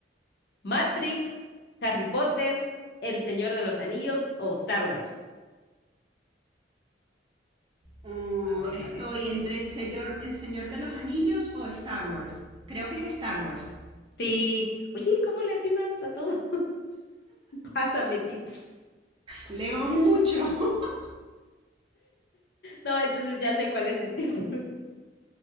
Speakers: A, on the left (about 60°); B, on the right (about 25°).
A: ¿Matrix, Harry Potter, El Señor de los Anillos o Star Wars?
B: Uh,
A: A ver,
B: estoy
A: a ver.
B: entre el señor, el señor de los Anillos o Star Wars. Creo que es Star Wars.
A: Sí. Oye, ¿cómo le atinas a todo? Pásame tips. <laughs>
B: Leo mucho. <laughs>
A: No, entonces ya sé cuál es el tip. <laughs>